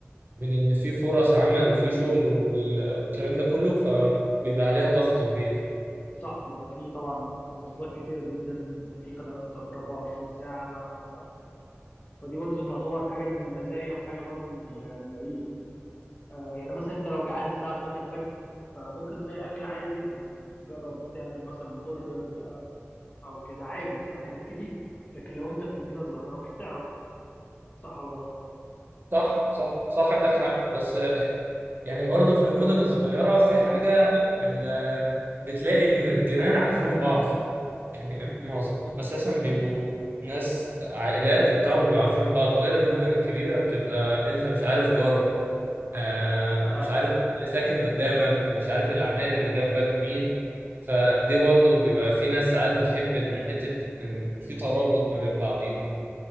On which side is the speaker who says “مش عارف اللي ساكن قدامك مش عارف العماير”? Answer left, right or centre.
Right